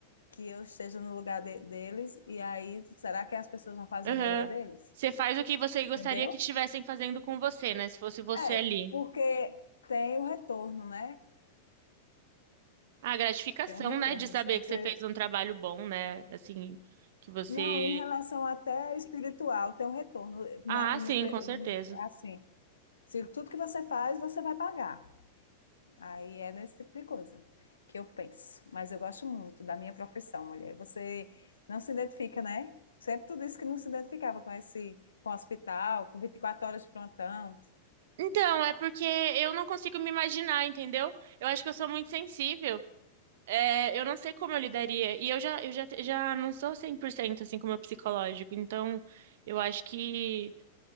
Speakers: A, on the left; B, on the right.
A: que eu esteja no lugar de- deles, e aí será que as pessoas vão fazer
B: Aham.
A: o melhor deles?
B: Você faz o que você gostaria
A: Entendeu?
B: que estivessem fazendo com você, né? Se fosse você
A: É,
B: ali.
A: porque tem o retorno, né?
B: A gratificação,
A: Tem um retorno.
B: né? De saber
A: Se você.
B: que você fez um trabalho bom, né? Assim, que você.
A: Não, em relação até espiritual, tem um retorno. Na-
B: Ah,
A: no
B: sim,
A: meu, pe-
B: com certeza.
A: assim, se tudo que você faz, você vai pagar. Aí é nesse tipo de coisa que eu penso. Mas eu gosto muito da minha profissão, mulher. Você não se identifica, né? Sempre tu disse que não se identificava com esse, com o hospital, com 24 horas de plantão.
B: Então, é porque eu não consigo me imaginar, entendeu? Eu acho que eu sou muito sensível. É, eu não sei como eu lidaria. E eu já, eu já, já não sou 100% assim com o meu psicológico. Então, eu acho que